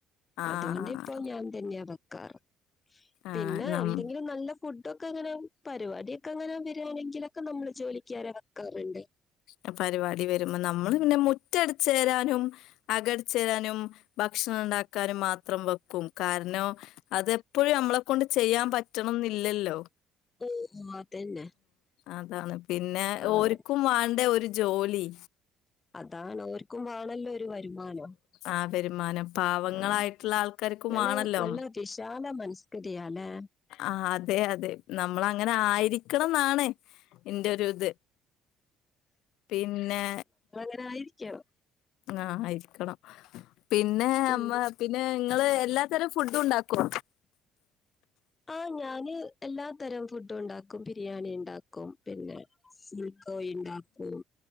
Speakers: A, on the left; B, on the left.
A: ആഹ്
B: അതുകൊണ്ട് ഇപ്പൊ ഞാൻ തന്നെയാ വെക്കാറ്
A: ആഹ്
B: പിന്നെ
A: നം
B: എന്തെങ്കിലും നല്ല ഫുഡ് ഒക്കെ അങ്ങനെ പരിപാടിയൊക്കെ അങ്ങനെ വരാണെങ്കിലൊക്കെ നമ്മള് ജോലിക്കാരെ വെക്കാറ്ണ്ട്
A: ആഹ് പരിവാടി വരുമ്പം നമ്മള് പിന്നെ മുറ്റടിച്ചേരാനും അകടിച്ചാരാനും ഭക്ഷണണ്ടാക്കാനും മാത്രം വെക്കും കാരണം അതെപ്പൊഴും നമ്മളെ കൊണ്ട് ചെയ്യാംപറ്റണന്നില്ലല്ലോ
B: ആഹ് അതന്നെ
A: അതാണ് പിന്നെ
B: ആഹ്
A: ഓര്ക്കും വാണ്ടെ ഒരു ജോലി
B: അതാണ് ഓര്ക്കും വാണല്ലോ ഒരു വരുമാനം
A: ആഹ് വരുമാനം പാവങ്ങളായിട്ടുള്ള
B: ആഹ്
A: ആൾക്കാര്ക്കും
B: ഇങ്ങള്
A: വാണല്ലോ
B: നല്ല വിശാല മനസ്കരിയാല്ലേ?
A: ആഹ് അതെ അതെ നമ്മളങ്ങനെ ആയിരിക്കണം ന്നാണ് ഇന്റെ ഒരു ഇത് പിന്നെ
B: അങ്ങനായിരിക്കണം
A: ആഹ് ആയ്രിക്കണം പിന്നെ
B: ഉം.
A: അമ്മ പിന്നെ ഇങ്ങള് എല്ലാത്തരം ഫുഡും ഉണ്ടാക്കോ
B: ആഹ് ഞാന് എല്ലാതരം ഫുഡും ഉണ്ടാക്കും ബിരിയാണി ഇണ്ടാക്കും പിന്നെ ഉം കോഴി ഇണ്ടാക്കും